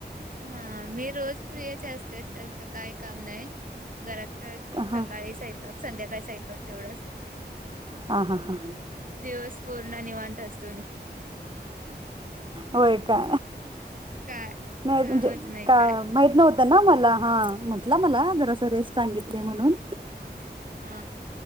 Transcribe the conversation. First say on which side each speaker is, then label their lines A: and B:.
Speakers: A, on the right; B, on the right.
A: हा मी रोज फ्री असते त्याचं काय काम नाही घरात तर
B: हा
A: सकाळी साऐकक संध्याकाळीच ऐकक तेवढच
B: हा हा हा
A: दिवस पूर्ण निवांत असतो मी
B: होय का
A: काय
B: नाही
A: कामच
B: तजे
A: नाही
B: का
A: काय
B: माहत नव्हतं ना मला हा म्हटला मला जरा स रेस सांगितले म्हणून
A: हा